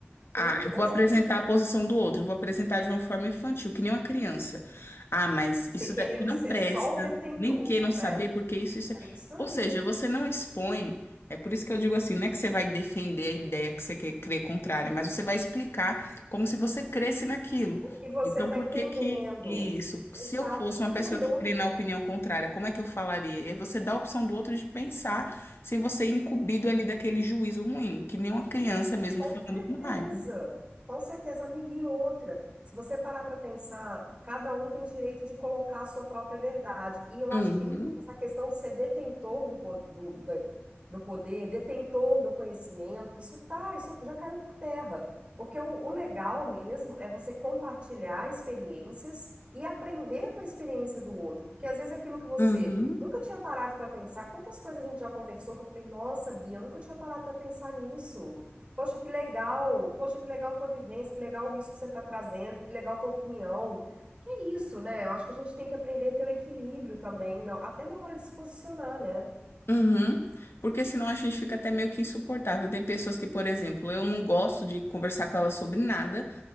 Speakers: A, on the left; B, on the right.
A: Ah,
B: sim,
A: eu
B: com
A: vou
B: certeza.
A: apresentar a posição do outro, eu vou apresentar de uma forma infantil, que nem uma criança. Ah, mas
B: Se
A: isso
B: queremos
A: daqui não
B: ser
A: presta,
B: só o detentor,
A: nem queiram saber
B: é,
A: porque isso, isso é...
B: é isso aí.
A: Ou seja, você não expõe, é por isso que eu digo assim, não é que você vai defender a ideia que você quer crer contrária, mas você vai explicar como se você cresce naquilo.
B: O que você
A: Então,
B: está
A: por
B: entendendo?
A: que que isso?
B: Exato.
A: Se eu fosse uma
B: Não,
A: pessoa
B: e outra.
A: que crê na opinião contrária, como é que eu falaria? E aí você dá a opção do outro de pensar sem você ir incumbido ali daquele juízo ruim, que nem uma criança mesmo
B: Com
A: falando
B: certeza,
A: com raiva.
B: com certeza, amiga. E outra, se você parar para pensar, cada um tem direito de colocar a sua própria verdade. E eu acho
A: Uhum,
B: que essa questão de ser detentor do, po- do, da- do poder, detentor do conhecimento, isso tá, isso já caiu por terra. Porque o, o legal mesmo é você compartilhar experiências e aprender com a experiência do outro. Porque às vezes aquilo que você
A: uhum,
B: nunca tinha parado para pensar, quantas coisas a gente já conversou que eu falei, nossa, Bia, eu nunca tinha parado para pensar nisso. Poxa, que legal! Poxa, que legal tua vivência, que legal isso que você está trazendo, que legal tua opinião. Que é isso, né? Eu acho que a gente tem que aprender a ter o equilíbrio também, na- até na hora de se posicionar, né?
A: uhum. Porque senão a gente fica até meio que insuportável. Tem pessoas que, por exemplo, eu não gosto de conversar com ela sobre nada,